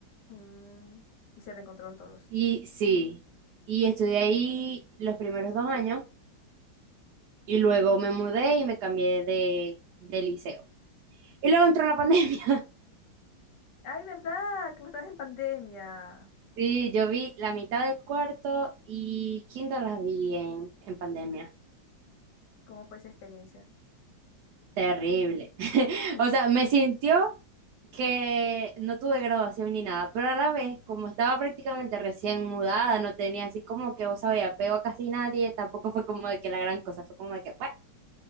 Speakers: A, on the left; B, on the right.
A: Mm, Y se reencontraron todos.
B: Y sí, y estudié ahí los primeros dos años. Y luego me mudé y me cambié de, de liceo. Y luego entró la pandemia. <laughs>
A: Ay, ¿verdad? Que vos estabas en pandemia.
B: Sí, yo vi la mitad de cuarto y quinto las vi en, en pandemia.
A: ¿Cómo fue esa experiencia?
B: Terrible. <laughs>
A: <laughs>
B: O sea, me sintió que no tuve graduación ni nada, pero a la vez, como estaba prácticamente recién mudada, no tenía así como que, vos sabés, apego a casi nadie, tampoco fue como de que la gran cosa, fue como de que, bueno,